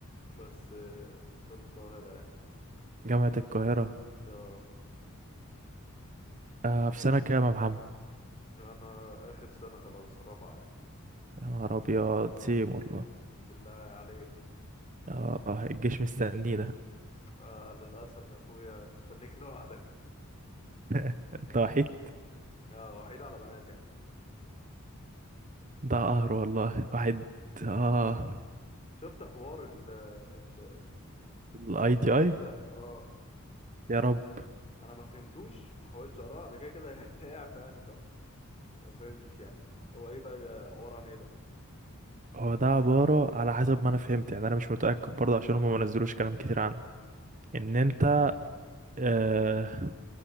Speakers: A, on the left; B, on the right.
A: بس آه، في القاهرة يعني
B: جامعة القاهرة
A: اه
B: آه، في سنة كام يا محمد؟
A: انا اخر سنة خلاص رابعة يعني
B: يا نهار أبيض سيم والله
A: ايه بالله عليك
B: آه الجيش مستنينا
A: آه للاسف يا اخويا مستنيك <laughs> لوحدك
B: <laughs> انت وحيد
A: اه وحيد على بنات يعني
B: ده قهر والله واحد
A: اه
B: اه
A: شفت حوار ال ال ال الاي
B: الاي
A: تي
B: تي
A: اي
B: اي
A: ده اه
B: يا رب
A: انا ما فهمتوش وما حاولتش اقراه انا كده كده <laughs> هيعفى يعني فما فهمتش يعني هو ايه بقى بقى عباره عن ايه ده
B: هو ده عبارة على حسب ما انا فهمت يعني انا مش متأكد برضه عشان هم ما نزلوش كلام كتير عنه ان
A: امم
B: انت آه